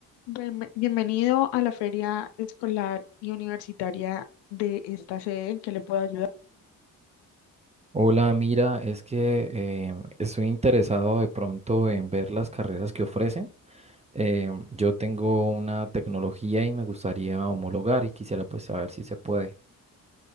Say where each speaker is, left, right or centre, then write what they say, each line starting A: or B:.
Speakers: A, on the left; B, on the right.
A: Bien- Bienvenido a la feria escolar y universitaria de esta sede, ¿en qué le puedo ayudar?
B: Hola, mira, es que em, estoy interesado de pronto en ver las carreras que ofrecen. Em, yo tengo una tecnología y me gustaría homologar y quisiera pues saber si se puede.